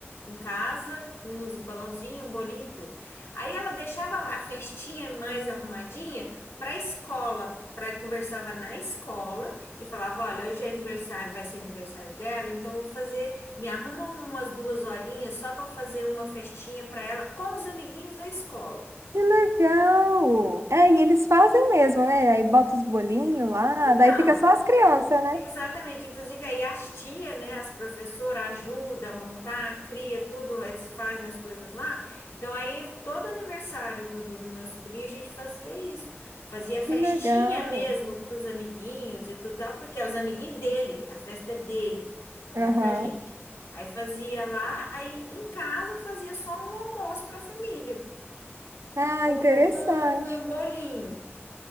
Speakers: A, on the left; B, on the right.
A: em casa, uns balãozinhos, um bolinho e tudo. Aí ela deixava a festinha mais arrumadinha para a escola. Pra, conversava na escola e falava: Olha, hoje é aniversário, vai ser aniversário dela, então eu vou fazer. Me arruma umas duas horinhas só para fazer uma festinha para ela com os amiguinhos da escola.
B: Que legal! É, e eles fazem mesmo, né? Aí bota os bolinhos lá,
A: Então,
B: daí fica só as crianças, né?
A: Exatamente, inclusive aí as tia, né, as professoras ajudam a montar, cria tudo, eles fazem as coisas lá. Então aí todo aniversário do, do, do meu sobrinho a gente fazia isso, fazia festinha
B: Que legal!
A: mesmo para os amiguinhos e tudo tal, porque é os amiguinhos dele, a festa é dele, né,
B: Aham.
A: pra gente. Aí fazia lá, aí em casa fazia só um almoço para a família,
B: Ah,
A: com,
B: interessante.
A: um bo- com, com um bolinho,